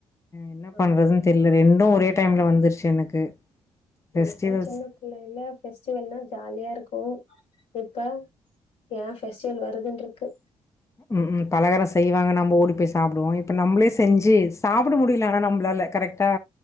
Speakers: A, on the left (about 25°); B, on the left (about 75°).
A: என்ன
B: ஆமா
A: பண்றதுன்னு தெரியல ரென்டு ஒரே டைம்ல வந்துருச்சு எனக்கு ஃபெஸ்டிவல்ஸ்
B: நமக்குல்லாம் சின்ன புள்ளைல்ல பெஸ்டிவல்லாம் ஜாலியா இருக்கும் க்கா ஏன் ஃபெஸ்டிவல் வருதுன் ருக்கு
A: உம் உம் பலகாரோ செய்வாங்க நம்ம ஓடி போய் சாப்பிடுவோம் இப்ப நம்மளே செஞ்சு சாப்பிட முடியலனா நம்மளால கரெக்டா